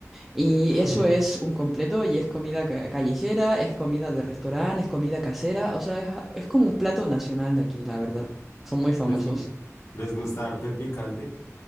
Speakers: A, in the centre; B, on the left.
A: Y
B: <laughs>
A: eso es un completo y es comida ca- callejera, es comida de restaurante, es comida casera. O sea, es, es como un plato nacional de aquí, la verdad. Son muy famosos.
B: ¿Les, gu- les gusta harto el picante?